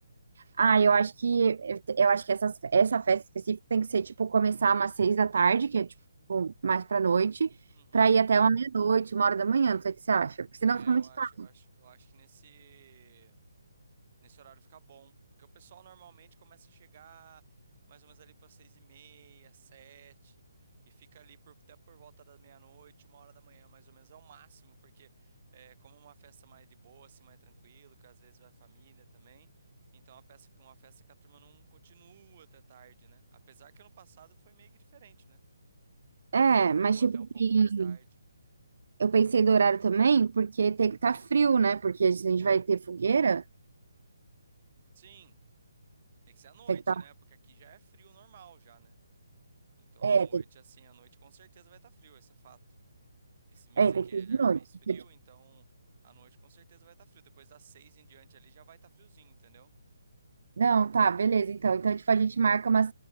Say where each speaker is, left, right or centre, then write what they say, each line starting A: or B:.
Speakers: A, on the right; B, on the right.
A: Ah, eu acho que eu acho que essas, essa festa específica tem que ser tipo começar umas seis da tarde, que é tipo mais pra noite,
B: Uhum.
A: pra ir até uma meia-noite, uma hora da manhã, não sei o que você acha, porque senão
B: É,
A: fica muito
B: eu acho,
A: tarde.
B: eu acho, eu acho que nesse. Nesse horário fica bom, porque o pessoal normalmente começa a chegar mais ou menos ali para seis e meia, sete, e fica ali por- até por volta da meia-noite, uma hora da manhã, mais ou menos, é o máximo, porque é, como é uma festa mais de boa, assim, mais tranquilo, que às vezes vai família também, então é uma peça, uma festa que a turma não continua até tarde, né? Apesar que ano passado foi meio que diferente, né?
A: É,
B: O pessoal ficou
A: mas tipo,
B: até um
A: tem-
B: pouco mais tarde.
A: eu pensei do horário também, porque tem que estar frio, né? Porque se a gente vai ter fogueira,
B: Sim, tem que ser à noite,
A: tem que estar.
B: né? Porque aqui já é frio normal já, né? Então,
A: é,
B: à noite,
A: tem,
B: assim, à noite com certeza vai estar frio, esse é fato. Esse mês
A: é,
B: aqui
A: tem que ser
B: já
A: de noite.
B: é mês frio,
A: Então, tipo,
B: então à noite com certeza vai estar frio. Depois das seis em diante ali já vai estar friozinho, entendeu?
A: Não, tá, beleza. Então, então tipo, a gente marca umas